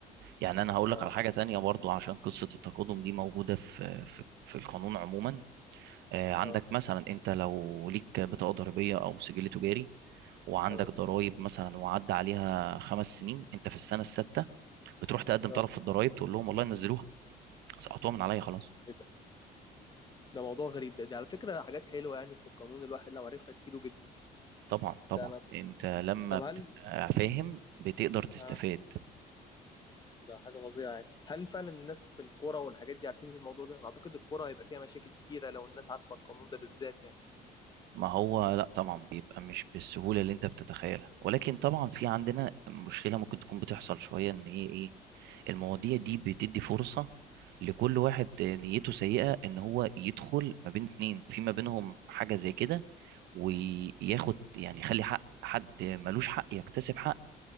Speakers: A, on the right; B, on the left.
A: يعني انا هقول
B: اه
A: لك على حاجه تانية برضو عشان قصه التقادم دي موجوده في في, في القانون عموما آه، عندك
B: اه
A: مثلا انت لو ليك بطاقه ضريبيه او سجل تجاري وعندك
B: تمام
A: ضرائب مثلا وعدى عليها خمس سنين انت في السنه السادسه بتروح تقدم
B: اه
A: طلب في الضرائب تقول لهم والله نزلوها سقطوها من عليا خلاص
B: ايه ده؟ ده موضوع غريب ده ده على فكره حاجات حلوه يعني في القانون الواحد لو عرفها تفيده جدا
A: طبعا طبعا
B: ده انا
A: انت لما
B: طب
A: بتبقى
B: هل
A: فاهم بتقدر تستفاد
B: اه ده حاجه فظيعه يعني هل فعلا الناس في الكوره والحاجات دي عارفين الموضوع ده؟ انا اعتقد الكوره هيبقى فيها مشاكل كتيره لو الناس عارفه القانون ده بالذات يعني
A: ما هو لا طبعا بيبقى مش بالسهولة اللي انت بتتخيلها ولكن طبعا في عندنا مشكلة ممكن تكون بتحصل شوية ان هي ايه المواضيع دي بتدي فرصة لكل واحد نيته سيئة ان هو يدخل ما بين اتنين في ما بينهم حاجة زي كده وياخد يعني يخلي حق حد ملوش حق يكتسب حق